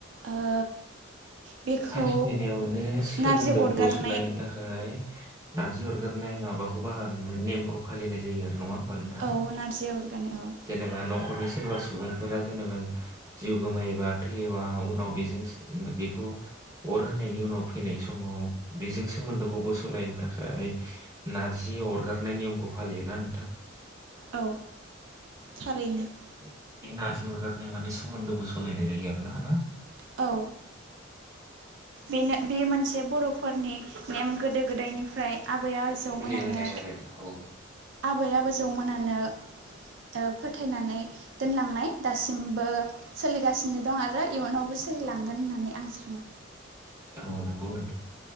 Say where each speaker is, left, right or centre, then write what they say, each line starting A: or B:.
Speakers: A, on the right (about 65°); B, on the right (about 15°).
A: ओ बेखौ
B: मानसि थैनायावनो सोमोन्दो
A: नारजि अरगारनाय
B: बसलायनो थाखाय नारजि अरगारनाय माबाखौ बाहा नेमखौ फालिनाय जायो आरो नङा नोंथां
A: औ नारजि अरगारनाय औ
B: जेनेबा न न'खरनि सोरबा सुबुंफोरा जेनेबा जिउ गोमायोबा थैयोबा उनाव बेजों सो बेखौ अर होनायनि उनाव फैनाय समाव बेजों सोमोन्दोखौ बोसलायनो थाखाय नारजि अरगारनाय नियमखौ फालियोना नोंथां
A: औ थारैनो
B: बे नारजि अरगारनाय माने सोमोन्दो बोसलायनाय जायो आरो ना ना?
A: औ बेनो बे मोनसे बर'फोरनि नेम गोदो गोदायनिफ्राय आबै आ जौ
B: सोलिबोनाय
A: मोनानो
B: आरो औ
A: आबै आजौ मोनानो ओ फोथायनानै दोनलांनाय दासिमबो सोलिगासिनो दं आरो इयुनावबो सोलिलांगोन होननानै आं सानो
B: औ नंगौ नोंथां